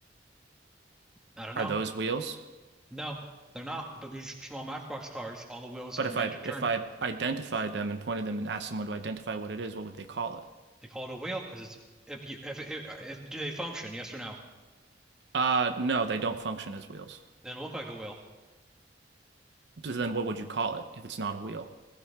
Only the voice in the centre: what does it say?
I don't
know.
No, they're not. But these small Matchbox cars, all the wheels
are meant
to turn.
They call it a wheel because it's if you if, if if do they function? Yes or no?
Then look like a wheel.